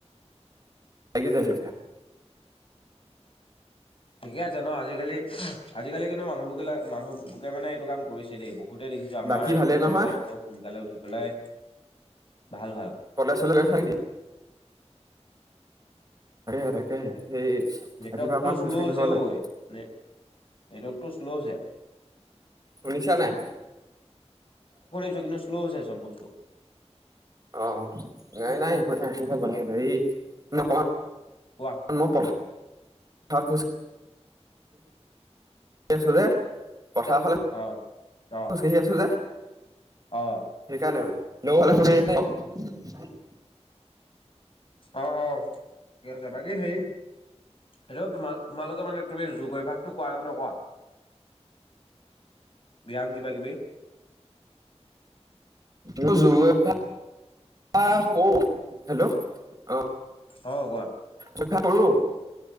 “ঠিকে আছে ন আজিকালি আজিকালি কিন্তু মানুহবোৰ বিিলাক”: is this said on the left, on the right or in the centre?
Left